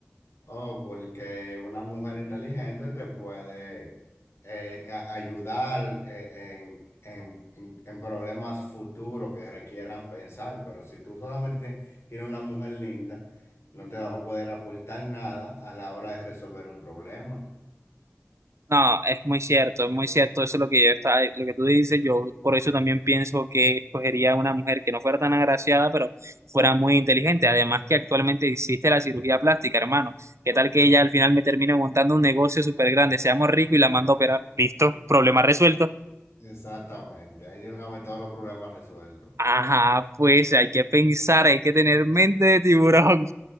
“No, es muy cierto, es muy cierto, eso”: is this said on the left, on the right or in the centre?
Right